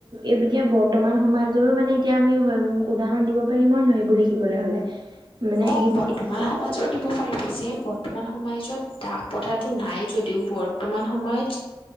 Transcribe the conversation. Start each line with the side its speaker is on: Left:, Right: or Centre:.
Right: এতিয়া বৰ্তমান সমাজৰো মানে এতিয়া আমি উদাহৰণ দিব পাৰিম নহ নহয়েইবোৰ লিখিবলৈ হলে মানে সেই
Left: অঁ বৰ্তমান সমাজৰ দিব পাৰিবা পিছে বৰ্তমান সমাজত দাহ পতাটো নাই যদিওঁ বৰ্তমান সময়ত